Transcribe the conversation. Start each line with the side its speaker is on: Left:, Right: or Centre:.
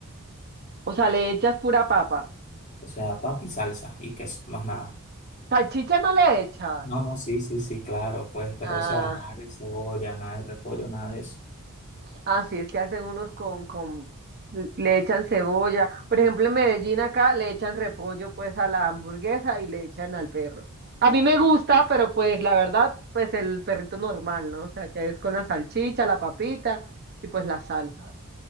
Right: O sea, le echas pura papa.
Left: O sea, papa y salsa y queso, más nada.
Right: Salchicha no le echas.
Left: No, no, sí, sí, sí, claro, pues, pero
Right: Ah,
Left: o sea, nada de cebolla, nada de repollo, nada de eso.
Right: ah, sí, es que hacen unos con, con, le echan cebolla. Por ejemplo, en Medellín acá le echan repollo pues a la hamburguesa y le echan al perro. A mí me gusta, pero pues la verdad, pues el perrito normal, ¿no? O sea, que es con la salchicha, la papita y pues las salsas.